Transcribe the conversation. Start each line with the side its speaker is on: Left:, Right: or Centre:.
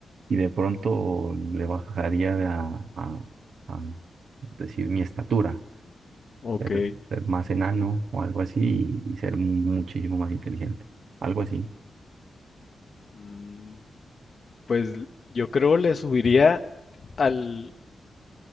Right: y de pronto le bajaría a, a- a decir mi estatura,
Left: Ok.
Right: ser, ser más enano o algo así y, y ser mu- muchísimo más inteligente, algo así.
Left: Mm, Pues yo creo le subiría al,